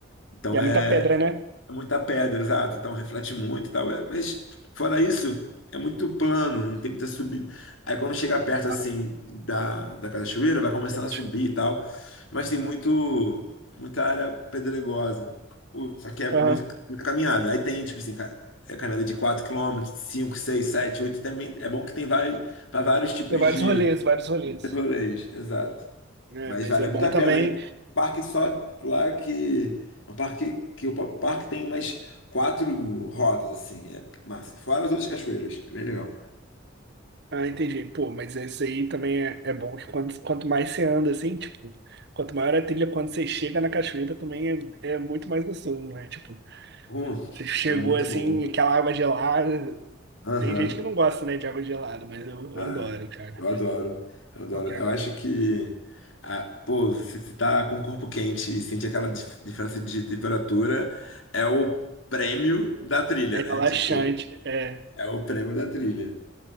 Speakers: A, on the left; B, on the right.
A: Então
B: E é
A: é,
B: muita pedra, né?
A: é muita pedra, exato. Então reflete muito e tal. é, Mas fora isso, é muito plano, não tem muita subida. Aí quando chega perto assim
B: Ah,
A: da, da cachoeira, vai começando
B: dá pra
A: a subir
B: chegar.
A: e tal. Mas tem muito muita área pedregosa. O- Só que é
B: Aham.
A: muito, muita caminhada. Aí tem, tipo assim, ca- é caminhada de 4 quilômetros, 5, 6, 7, 8 também. É bom que tem vai para vários tipos
B: Tem vários
A: de
B: rolês, vários rolês.
A: rolês, exato.
B: É,
A: Mas
B: mas
A: vale
B: é
A: muito
B: bom
A: a pena.
B: também.
A: Aí tem um parque só lá que. É um parque que o parque tem mais quatro rotas, assim. É massa. Fora as outras cachoeiras. É bem legal.
B: Ah, entendi. Pô, mas esse aí também é, é bom que quanto, quanto mais você anda, assim, tipo, quanto maior a trilha, quando você chega na cachoeira também é, é muito mais gostoso, né? Tipo,
A: Hum,
B: você chegou
A: é muito
B: assim,
A: bom.
B: aquela água gelada.
A: Aham.
B: Tem gente que não gosta, né, de água gelada, mas eu,
A: Ah,
B: eu adoro, cara.
A: eu adoro. Eu adoro.
B: Qualquer...
A: Eu acho que. ah, pô, se você tá com o corpo quente e sente aquela dif- diferença de temperatura, é o prêmio da trilha,
B: É
A: né?
B: relaxante.
A: Tipo,
B: É.
A: é o prêmio da trilha.